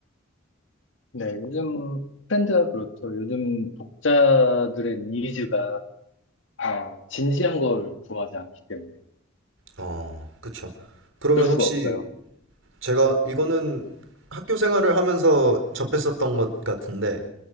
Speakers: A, on the left; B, on the right.
A: 네, 요즘 트렌드가 그렇죠. 요즘 독자들의 니즈가 아, 진지한 걸 좋아하지 않기 때문에
B: 어, 그쵸. 그러면
A: 어쩔 수가
B: 혹시
A: 없어요.
B: 제가 이거는 학교 생활을 하면서 접했었던 것 같은데